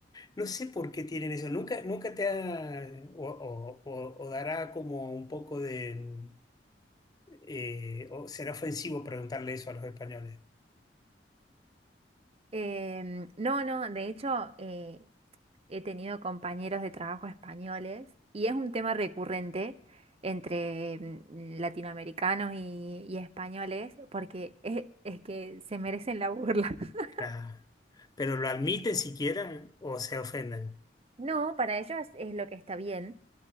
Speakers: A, on the left; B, on the right.
A: No sé por qué tienen eso. Nunca, nunca te ha, o, o- o- o dará como un poco de, eh, o será ofensivo preguntarle eso a los españoles.
B: Em, no, no, de hecho eh, he tenido compañeros de trabajo españoles y es un tema recurrente entre mm, latinoamericanos y, y españoles porque es, es que se merecen la burla. <laughs>
A: La- Pero lo admiten siquiera o se ofenden.
B: No, para ellos es lo que está bien.